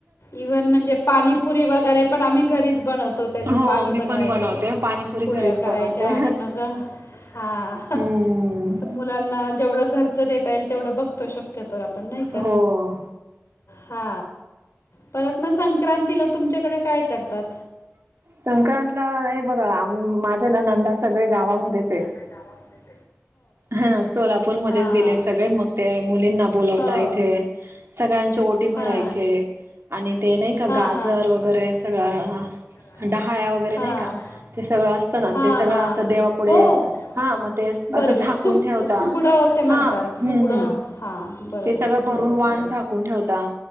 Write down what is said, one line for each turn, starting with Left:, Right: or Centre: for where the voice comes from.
Left: इव्हन म्हणजे पाणीपुरी पण आम्ही घरीच बनवतो. तो, त्याचं
Right: हो
Left: पाणी
Right: मी
Left: बनवायचं.
Right: पण बनवते
Left: हो,
Right: पाणीपुरी
Left: पुऱ्या
Right: घरीच
Left: करायच्या
Right: बनवते
Left: आणि मग हा.
Right: हम्म
Left: मुलांना जेवढं घरचं देता येईल तेवढं बघतो शक्यतो आपण नाही का?
Right: हो
Left: हा परत मग संक्रांतीला तुमच्याकडे काय करतात?
Right: संक्रांतला हे बघा माझ्या ननंदा सगळे गावामध्येच आहेत.
Left: गावामध्ये
Right: हा सोलापूरमध्येच
Left: हां
Right: दिले सगळे मग ते मुलींना, बोलावता
Left: हो
Right: इथे
Left: का
Right: सगळ्यांचे ओ. ओटी
Left: हां
Right: भरायचे आणि ते नाही का
Left: हां
Right: गाजर
Left: आणि हां
Right: वगैरे, सगळं
Left: हां
Right: डहाळ वं वगैरे, नाही का सगळं असत ना
Left: हां
Right: ते सगळं
Left: सर्व हां
Right: असं
Left: असतं
Right: देवा
Left: ना ते
Right: पुुढे
Left: हो सगळं असं
Right: हा मग ते असं
Left: बरोबर
Right: झा
Left: सुक
Right: ठेवता
Left: असं सुगडं झाकून ते ठेवता
Right: ह
Left: म्हणतात हा
Right: ह्
Left: सुगडं
Right: ह्
Left: हां बरोबर
Right: ते सगळं
Left: सुगडं
Right: भरून
Left: ते
Right: वाण
Left: बरोबर सगळं
Right: झाकून ठेवता.